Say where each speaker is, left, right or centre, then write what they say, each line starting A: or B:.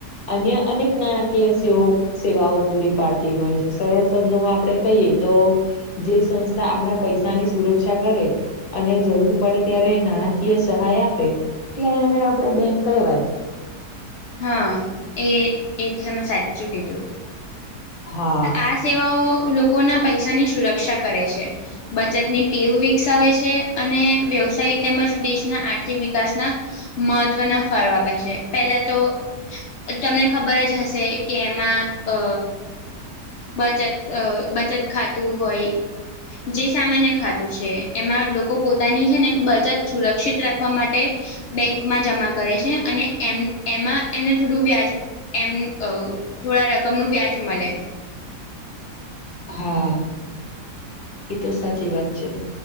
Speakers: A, on the left; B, on the left.
A: અન્ય અનેક નાણાકીય સે સેવાઓ પૂરી પાડતી હોય છે સરળ શબ્દોમાં આપણે કહીએ તો જે સંસ્થા આપણા પૈસાની સુરક્ષા કરે અને જરૂર પડે ત્યારે નાણાકીય સહાય આપે એટલે એને આપણે બેંક કહેવાય
B: હા એ એ તો તમે સાચું કીધું
A: હા
B: આ સેવાઓ લોકો ના પૈસાની સુરક્ષા કરે છે બચતની ટેવ વિકસાવે છે અને વ્યવસાય તેમજ દેશના આર્થિક વિકાસના મહત્ત્વના ફાળો આપે છે પેલા તો તમને ખબર જ હશે કે એમાં અ બચત અ બચત ખાતું હોય જે સામાન્ય ખાતું છે એમાં લોકો પોતાની છે ને બચત સુરક્ષિત રાખવા માટે બેંકમાં જમા કરે છે અને એમાં એમને થોડું વ્યાજ એમ થોડા રકમ ન વ્યાજ મળે <unintelligible>
A: હા એતો સાચી વાત છે